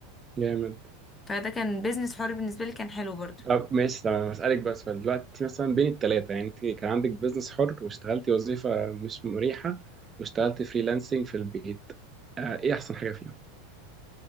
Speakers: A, on the right (about 25°); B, on the left (about 20°).
A: جامد
B: فده كان بيزنس حر بالنسبه لي كان حلو برضو
A: طب ماشي تمام هسألك بس سؤال دلوقتي مثلا بين التلاتة يعني انت كان عندك بيزنس حر واشتغلتي وظيفة مش مريحة واشتغلتي فريلانسنج في البيت آه ايه أحسن حاجة فيهم؟